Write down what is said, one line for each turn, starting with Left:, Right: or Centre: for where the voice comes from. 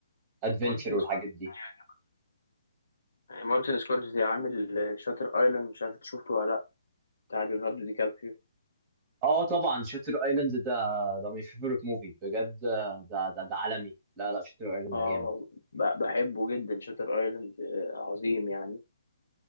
Right: الادفنتشر
Left: مارتن
Right: والحاجات
Left: سكورسيزي
Right: دي
Left: يعني آه، مارتن سكورسيزي عامل آه، شاتر ايلاند مش عارف إنت شفته ولا لا بتاع ليوناردو دي كابريو
Right: اه طبعا شاتر ايلاند ده ده ماي فيفورت موفي بجد ده ده ده عالمي لا لا شاتر ايلاند
Left: اه
Right: جامد
Left: ب- بحبه جدا شاتر ايلاند آه، عظيم يعني